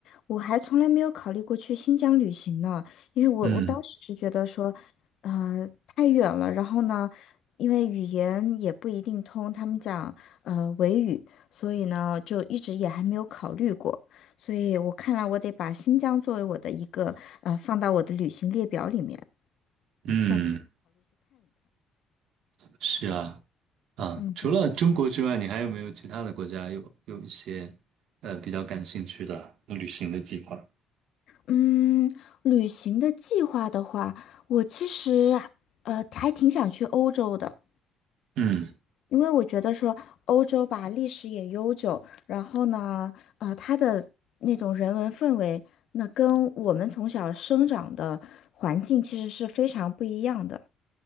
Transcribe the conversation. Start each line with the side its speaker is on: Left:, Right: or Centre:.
Left: 我还从来没有考虑过去新疆旅行呢，因为我我当时是觉得说，
Right: 嗯。
Left: 呃，太远了，然后呢，因为语言也不一定通，他们讲呃维语，所以呢，就一直也还没有考虑过，所以我看来我得把新疆作为我的一个呃放到我的旅行列表里面。
Right: 嗯，
Left: 下，
Right: 是啊，啊，
Left: 嗯
Right: 除了中国之外，你还有没有其他的国家有有一些呃比较感兴趣的旅行的计划？
Left: 嗯，旅行的计划的话，我其实呃还挺想去欧洲的。
Right: 嗯
Left: 因为我觉得说欧洲吧，历史也悠久，然后呢，呃，它的那种人文氛围，那跟我们从小生长的环境其实是非常不一样的。